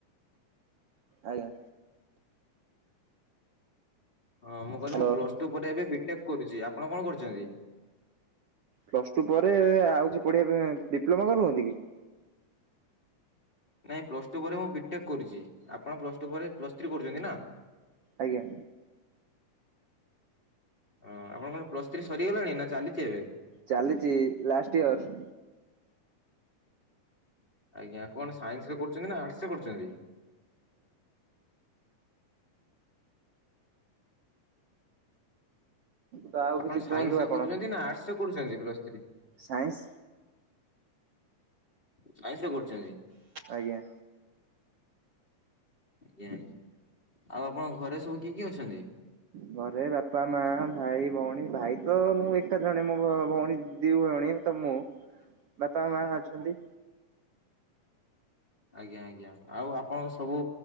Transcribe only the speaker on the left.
ହଁ ମୁଁ କହିଲି
ମୁଁ ପ୍ଲସ ଟୁ ପରେ ଏବେ ବି ଟେକ୍ କରୁଛି ଆପଣ କଣ କରୁଛନ୍ତି?
ନାଇଁ ପ୍ଲସ ଟୁ ପରେ ମୁଁ ବିଟେକ୍ କରୁଛି ଆପଣ ପ୍ଲସ୍ ଟୁ ପରେ ପ୍ଲସ୍ ଥ୍ରୀ କରୁଛନ୍ତି ନା?
ହଁ ଆପଣଙ୍କଣ ପ୍ଲସ୍ ଥ୍ରୀ ସରିଗଲାଣି ନା ଚାଲିଛି ଏବେ?
ଆଜ୍ଞା କଣ ସାଇନ୍ସ ରେ କରୁଛନ୍ତି ନା ଆର୍ଟସ ରେ କରୁଛନ୍ତି?
ଆପଣ
ସାଇନ୍ସ
ରେ କରୁଛନ୍ତି ନା ଆର୍ଟସ ରେ କରୁଛନ୍ତି ପ୍ଲସ୍ ଥ୍ରୀ?
ସାଇନ୍ସରେ କରୁଛନ୍ତି।
ଆଜ୍ଞା ଆଜ୍ଞା ଆଉ ଆପଣଙ୍କ ଘରେ ସବୁ କିଏ କିଏ ଅଛନ୍ତି?
ଆଜ୍ଞା ଆଜ୍ଞା ଆଉ ଆପଣଙ୍କ ସବୁ